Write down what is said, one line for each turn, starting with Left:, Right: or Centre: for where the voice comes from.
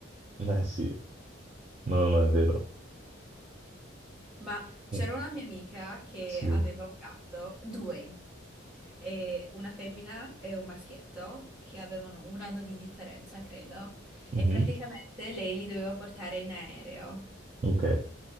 Right: Eh sì, no, no, no, è vero.
Centre: Ma c'era
Right: Mm,
Centre: una mia amica che
Right: Sì.
Centre: aveva un gatto, due. e una femmina e un maschietto che avevano un anno di differenza, credo,
Right: Mhm.
Centre: e praticamente lei li doveva portare in aereo
Right: Ok,